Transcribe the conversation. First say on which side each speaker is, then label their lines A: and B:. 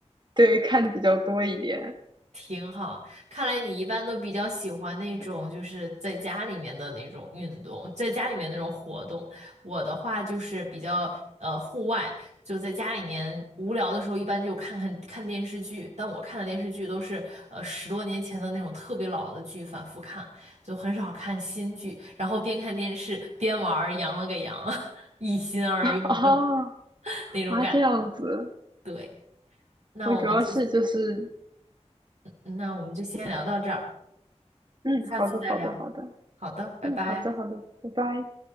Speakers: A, on the right; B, on the right.
A: 对看的比较多一点。
B: 挺好。看来你一般都比较喜欢那种就是在家里面的那种运动，在家里面那种活动。我的话就是比较呃户外，就在家里面无聊的时候，一般就看看看电视剧。但我看的电视剧都是呃十多年前的那种特别老的剧，反复看，就很少看新剧。然后边看电视边玩儿，羊了个羊，<laughs> 一心二用的
A: 哦，
B: <laughs> 那种感。
A: 啊，这样子，
B: 对，那我们就
A: 我主要是就是，
B: 那我们就先聊到这儿。
A: 嗯，
B: 下次再聊。
A: 好的，好的，好的，
B: 好的，拜拜。
A: 嗯，好的，好的，拜拜。